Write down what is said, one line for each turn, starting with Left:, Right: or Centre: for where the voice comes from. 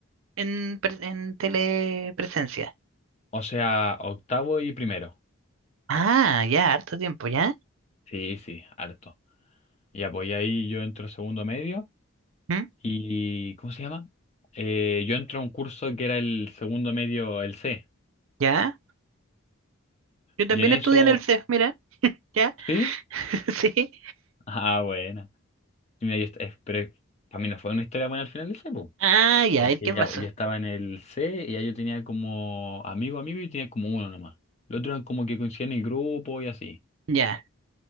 Right: en, pre- en telepresencia.
Left: o sea, octavo y primero.
Right: Ah, ya, harto tiempo, ¿ya?
Left: Sí, sí, harto. Y apoyé ahí yo entro a segundo medio
Right: ¿Mm?
Left: y, ¿cómo se llama? Eh, yo entro a un curso que era el segundo medio, el C.
Right: ¿Ya? Yo también
Left: Y en eso
Right: estudié en el CEF, mira, ¿ya?
Left: ¿Sí?
Right: <laughs> Sí.
Left: Ah, buena. Y Mira, yo, est- eh, pero para mí no fue una historia buena al final ese, po,
Right: Ah, ya,
Left: Porque
Right: ¿y qué pasó?
Left: ya, pues, yo estaba en el C y ahí yo tenía como amigo, amigo y tenía como uno nomás. Los otros eran como que coincidían en el grupo y así.
Right: Ya.